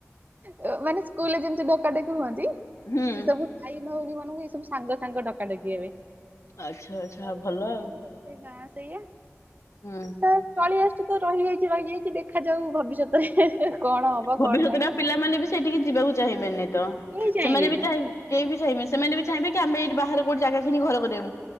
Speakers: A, on the right; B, on the left.
A: ଓ ମାନେ ସ୍କୁଲରେ ଯେମିତି ଡକା ଡକି ହୁଅନ୍ତି
B: ହୁଁ।
A: ସେ ସବୁ ଭାଇ ଭଉଣୀ ମାନଙ୍କୁ ଏ ସବୁ ସାଙ୍ଗ ସାଙ୍ଗ ଡକା ଡକି ହେବେ
B: ଆଚ୍ଛା ଆଚ୍ଛା
A: <unintelligible>
B: ଭଲ ଆଉ।
A: ସେ ଗାଁ ସେଇଆ।
B: ହୁଁ।
A: ତ ଚଳି ଆସୁଛୁ ତ ରହିଯାଇଛି ରହିଯାଇଛି ଦେଖାଯାଉ ଭବିଷ୍ୟତରେ କଣ ହବ
B: ଭବିଷ୍ୟତରେ
A: କଣ ନାହିଁ
B: ଆଉ ପିଲାମାନେ ବି ସେଇଠିକି ଯିବାକୁ ଚାହିଁବେନି ତ
A: କେହି ଚାହିଁବେନି
B: ସେମାନେ ବି ଚାହିଁ କେହି ବି ଚାହିଁବେ ସେମାନେ ବି ଚାହିଁବେ କି ଆମେ ଏଠି ବାହାର କୋଉଠି ଜାଗା କିଣି ଘରକରିମୁ।